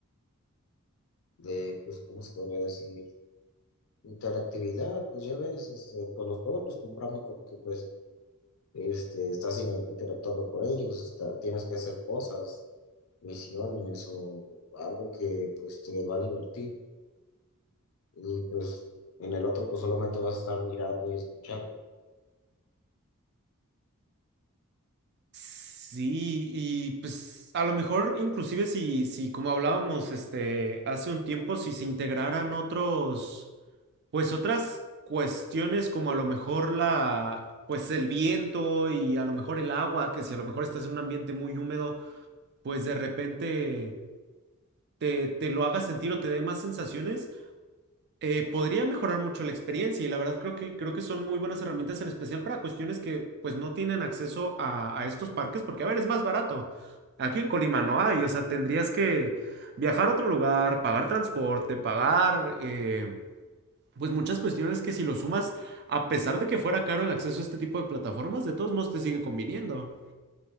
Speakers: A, on the left; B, on the right.
A: de, pues, ¿cómo se podría decir? Interactividad, pues ya ves, este, pues los juegos los compramos porque pues, este, estás in- interactuando con ellos, está, tienes que hacer cosas. misiones o algo que pues te va a divertir. Y pues en el otro pues solamente vas a estar mirando y escuchando.
B: Sí, y pues a lo mejor inclusive si, si como hablábamos este hace un tiempo, si se integraran otros, pues otras cuestiones como a lo mejor la, pues el viento y a lo mejor el agua, que si a lo mejor estás en un ambiente muy húmedo, pues de repente te, te lo haga sentir o te dé más sensaciones eh, podría mejorar mucho la experiencia y la verdad creo que, creo que son muy buenas herramientas en especial para cuestiones que pues no tienen acceso a, a estos parques porque a ver, es más barato. Aquí en Colima no hay, o sea, tendrías que viajar a otro lugar, pagar transporte, pagar eh, pues muchas cuestiones que si lo sumas, a pesar de que fuera caro el acceso a este tipo de plataformas, de todos modos te sigue conviniendo.